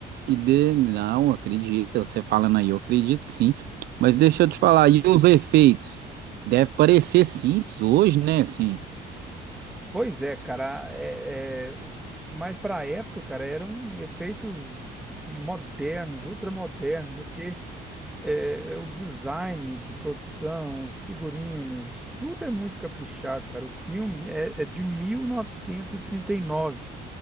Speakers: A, on the right; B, in the centre.
A: e de, não, acredita, você falando aí, eu acredito sim. Mas deixa eu te falar, e os efeitos? Deve parecer simples hoje, né, assim.
B: Pois é, cara, é, é, mas para a época, cara, eram efeitos modernos, ultramodernos, né? Porque é, é o design de produção, os figurinos, tudo é muito caprichado, cara. O filme é, é de 1939.